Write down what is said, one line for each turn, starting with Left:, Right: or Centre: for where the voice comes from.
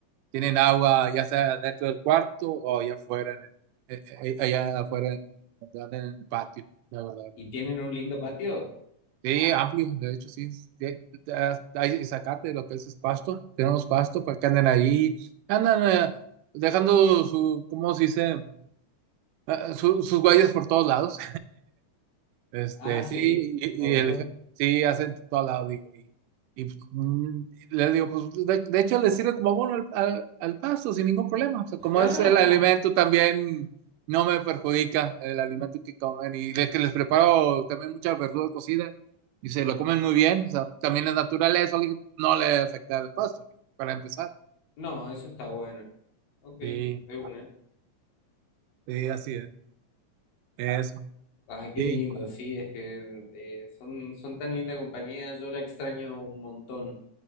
Right: tienen agua, ya sea dentro del cuarto o allá afuera, en el, eh, eh, eh, allá afuera, en, en el patio, la verdad.
Left: ¿Y tienen un lindo patio?
Right: Sí, amplio, de hecho, sí. sí, eh, Hay zacate, lo que es, es pasto. Tenemos pasto para que anden ahí. Andan eh, dejando su, ¿cómo se dice? Eh, su- sus huellas por todos lados. Este,
Left: Ah,
Right: sí,
Left: sí,
Right: y,
Left: obvio.
Right: y el, ja- sí, acento todo al lado, digo. Y, y, pues, mm, le digo, pues de, de hecho le sirve como abono al, al, al pasto sin ningún problema. O sea,
Left: <laughs>
Right: como es el alimento también, no me perjudica el alimento que comen. Y de que les preparo también mucha verdura cocida y se lo comen muy bien. O sea, también es naturaleza, le digo, no le afecta al pasto, para empezar.
Left: No, eso está bueno. Ok,
Right: Sí,
Left: de una.
Right: sí, así es. Eso.
Left: Ah, qué
Right: Sí.
Left: lindo, sí, es que eh, son, son tan linda compañía, yo la extraño un montón.